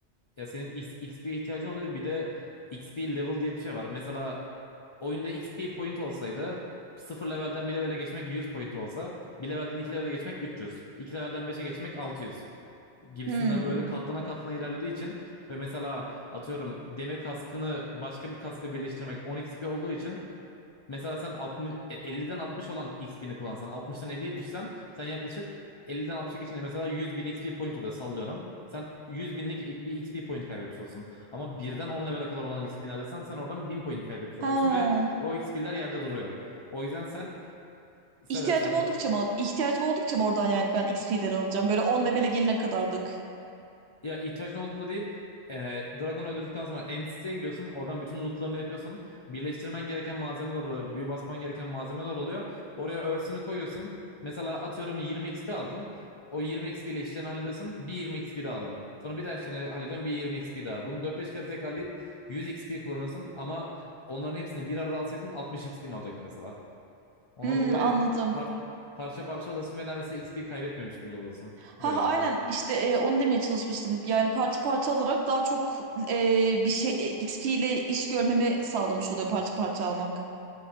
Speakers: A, on the left; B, on the right.
A: ya senin XP'ye ihtiyacın oluyor. Bir de XP level diye bir şey var. Mesela oyunda XP point olsaydı sıfır levelden bir levele geçmek 100 point olsa bir levelden 2 levele geçmek 300 2 levelden beşe geçmek 600 gibisinden
B: Hmm.
A: böyle katlana katlana ilerlediği için ve mesela atıyorum demir kaskını başka bir kaskla birleştirmek 10 XP olduğu için Mesela sen 60, e, 50'den 60 olan XP'ni kullansan 60'tan 50'ye düşsen sen yaklaşık 50'den 60'a geçince mesela 100 bin XP point oluyor sallıyorum. Sen 100 binlik bir XP point kaybetmiş olursun. Ama birden 10 level'e kadar olan XP'ni harcasan sen oradan 1000 point kaybetmiş
B: Ha.
A: olacaksın ve o XP'ler yerde duruyor. O yüzden sen söyle
B: İhtiyacım
A: sen sor.
B: oldukça mı? İhtiyacım oldukça mı oradan yani ben X XP'leri alacağım? Böyle on levele gelene kadarlık.
A: Ya ihtiyacın olduğunda değil. E, Dragon öldürdükten sonra Entity'ye gidiyorsun. Oradan bütün lootlarını yapıyorsun. Birleştirmen gereken malzemeler oluyor. Büyü basman gereken malzemeler oluyor. Oraya örsünü koyuyorsun. Mesela atıyorum 20 XP aldın. O 20 XP ile işlerini hallediyorsun. Bir 20 XP daha alıyorsun. Sonra bir daha işlerini hallediyorsun. Bir 20 XP daha. Bunu dört beş kere tekrarlayıp 100 XP kullanıyorsun. Ama onların hepsini bir arada alsaydın 60 XP'nin olacaktı mesela. Ondan
B: Hmm,
A: dolayı
B: anladım.
A: par- parça parça alıyorsun ve neredeyse XP kaybetmemiş bile oluyorsun.
B: Ha
A: Böylelikle.
B: aynen işte e, onu demeye çalışmıştım. Yani parça parça alarak daha çok e, bir şey e, XP ile iş görmemi sağlamış oluyor parça parça almak.